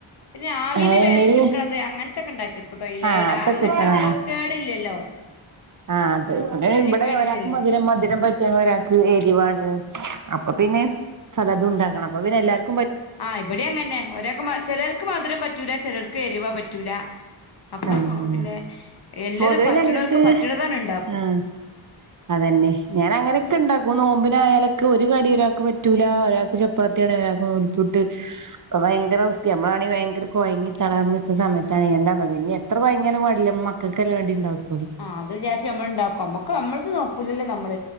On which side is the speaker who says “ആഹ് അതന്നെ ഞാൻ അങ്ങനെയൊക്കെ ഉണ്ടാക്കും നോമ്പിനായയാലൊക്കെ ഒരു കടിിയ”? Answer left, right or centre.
Right